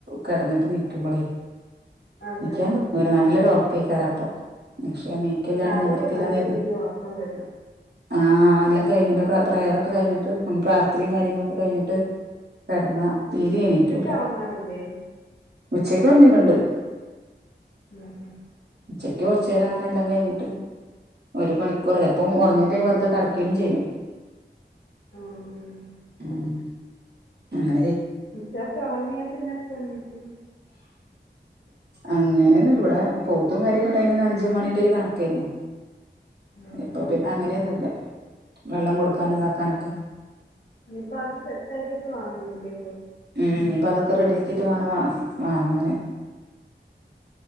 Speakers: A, on the right; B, on the left.
A: കിടന്നിട്ട് നീക്കുമ്പോളേ,
B: അതെ
A: എനിക്കാൻ
B: അതെ.
A: തോന്ന നല്ലൊരു ഉറക്കേക്കാര അപ്പൊ, പക്ഷെ നീക്കല്ലാണ്ട്
B: രാവിലെ
A: നിവർത്തില്ലന്നത്
B: നല്ല രീതിയിൽ ഉറക്കം തന്നെ.
A: ആല്ല കഴിഞ്ഞിട്ട് പ്രയറൊക്കെ കഴിഞ്ഞിട്ട് നമ്മൾ പ്രാർത്ഥനയും കാര്യങ്ങളൊക്കെ കഴിഞ്ഞിട്ട് കെടന്ന്
B: ഉം.
A: തീരെ എണീറ്റുല
B: ഉച്ചയ്ക്ക് ഉറങ്ങാറില്ലേ?
A: ഉച്ചക്ക് ഉറങ്ങല്ണ്ട്
B: ഉം.
A: ഉച്ചക്ക് കുറച്ചേരം അങ്ങനെ ല്ലാം കഴിഞ്ഞിട്ട് ഒരു മണിക്കൂർ ചിലപ്പോ ഉറങ്ങല്ലേ വെറുതെ കെടക്കേലും ചെയ്യും
B: ഉം ഉം.
A: ഉം അല്ല
B: ഉച്ചക്കെ ഉറങ്ങിയാ പിന്നെപ്പ എണീക്കും?
A: അങ്ങനൊന്നുല്ല ഇവിടെ പോത്തും കാര്യൊക്കെ ഇണ്ടായിനന്ന് അഞ്ച് മണീന്റെ ഒരു കണക്കയ്നു.
B: ഉം
A: ഇപ്പൊ
B: ഉം.
A: പിന്നെ അങ്ങനെന്നുല്ല വെള്ളം കൊടുക്കാന് ഇതാക്കാനൊക്കെ.
B: ഇനിയിപ്പൊ അത് സെറ്റാക്കിട്ട് വാങ്ങുല്ലേ
A: ഉം ഇപ്പൊ അതൊക്കെ റെഡി ആക്കിട്ട് വേണം വാങ്ങനെ